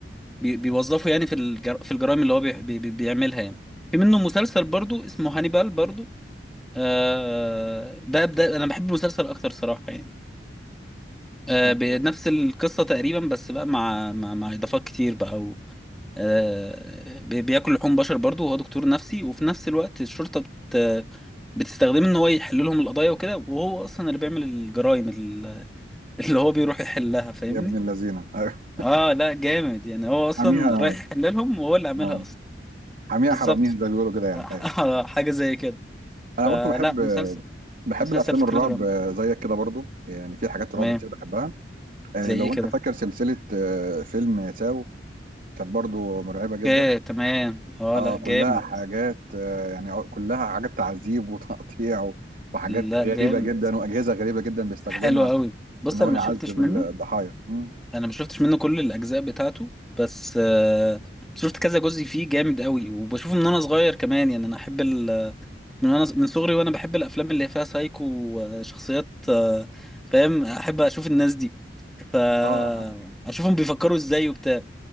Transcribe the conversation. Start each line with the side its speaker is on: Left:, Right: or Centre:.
Centre: بي... بيوظفه يعني في الجر... في الجرائم اللي هو بي... بي... بي- بيعملها يعني في منه مسلسل برضو اسمه هانيبال برضو آه ده ده انا بحب المسلسل اكتر صراحة يعني آه
Right: ممتاز
Centre: بنفس القصة تقريبا بس بقى مع مع, مع اضافات كتير بقى آه، بي- بياكل لحوم بشر برضو وهو دكتور نفسي وفي نفس الوقت الشرطة بت بتستخدمه ان هو يحل لهم القضايا وكده وهو اصلا اللي بيعمل الجرائم ال- <laughs> اللي هو بيروح يحلها فاهمني
Right: يا ابن اللذينه <laughs> ايوه
Centre: اه لا جامد يعني هو اصلا
Right: حميها
Centre: رايح يحل لهم وهو اللي عاملها
Right: اه
Centre: اصلا
Right: حميها
Centre: بالظبط
Right: حراميها زي ما بيقولوا كده يعني
Centre: <laughs>
Right: ايوه
Centre: حاجة زي كده
Right: انا
Centre: فلا
Right: برضو بحب
Centre: مسلسل
Right: بحب
Centre: مسلسل
Right: الافلام
Centre: فكرته
Right: الرعب
Centre: جامدة
Right: آه، زيك كده برضو يعني في حاجات
Centre: تمام
Right: رعب كتير بحبها آه،
Centre: زي ايه
Right: لو
Centre: كده
Right: انت فاكر سلسله آه، فيلم ساو كانت برضو مرعبه جدا
Centre: اوكي تمام اه
Right: اه
Centre: لا
Right: كلها
Centre: جامد
Right: حاجات آه، يعني كلها حاجات تعذيب وتقطيع و- وحاجات
Centre: لا جامد
Right: غريبة جدا وأجهزة غريبة جدا بيستخدمها
Centre: حلو قوي بص
Right: في إن هو
Centre: انا
Right: يعذب
Centre: ما شفتش منه
Right: الضحايا مم.
Centre: انا ما شفتش منه كل الاجزاء بتاعته بس آه، شفت كذا جزء فيه جامد قوي وبشوفه من وانا صغير كمان يعني انا احب ال... من وانا من صغري وانا بحب الافلام اللي فيها سايكو وشخصيات آه، فاهم احب اشوف الناس دي ف
Right: اه آه.
Centre: اشوفهم بيفكروا ازاي وبتاع